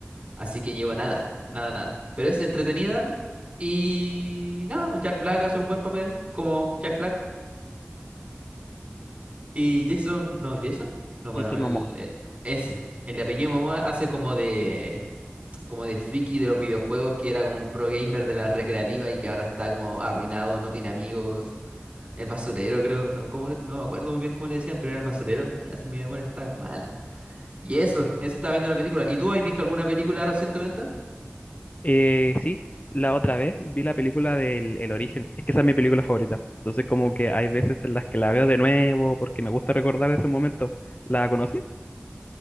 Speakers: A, on the right; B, on the left.
A: Así que llevo nada, nada, nada. Pero es entretenida. Y nada, Jack Black hace un buen papel como Jack Black. Y Jason, no, Jason. No, bueno,
B: Jason
A: el,
B: Momoa.
A: e- ese. El de apellido Momoa hace como de como de friki de los videojuegos que era como un pro gamer de la recreativa y que ahora está como arruinado, no tiene amigos, el basurero creo, no, como, no me acuerdo muy bien cómo le decían, pero era el basurero. Mira, si mi memoria está mala. Y eso, eso estaba viendo la película. ¿Y tú has visto alguna película recientemente?
B: Eh, sí, la otra vez vi la película del El Origen. Es que esa es mi película favorita. Entonces, como que hay veces en las que la veo de nuevo porque me gusta recordar ese momento. ¿La conocí?